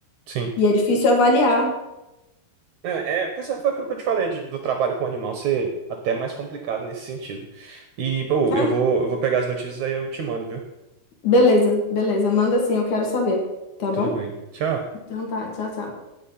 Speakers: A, on the right; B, on the left.
A: sim.
B: E é difícil avaliar.
A: Não, É, pois é, foi aquilo que eu te falei de- do trabalho com animal ser até mais complicado nesse sentido. E, pô,
B: Ah,
A: eu vou, eu vou pegar as notícias aí eu te mando, viu?
B: beleza, beleza, manda assim, eu quero saber, tá
A: Tudo
B: bom?
A: bem. Tchau.
B: Então tá, tchau, tchau.